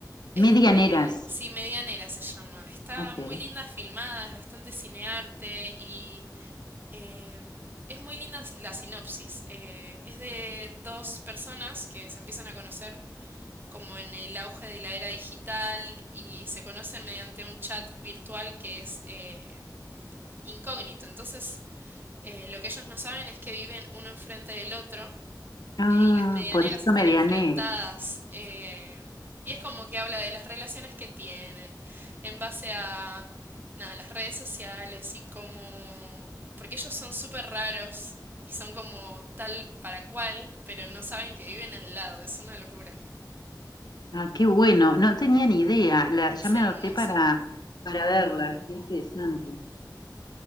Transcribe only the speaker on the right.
Es
de, sí, Medianera se llama. Está
muy linda filmada, es bastante cinearte y eh, es muy linda la sinopsis. Eh, es de dos personas que se empiezan a conocer como en el auge de la era digital y se conocen mediante un chat virtual que es eh, incógnito. Entonces, eh, lo que ellos no saben es que viven uno enfrente del otro
eh, y las medianeras
están
enfrentadas. eh, y es como que habla de las relaciones que tienen en base a nada, las redes sociales y cómo... Porque ellos son súper raros y son como tal para cual, pero no saben que viven al lado. Es una locura.
Es
hermosa.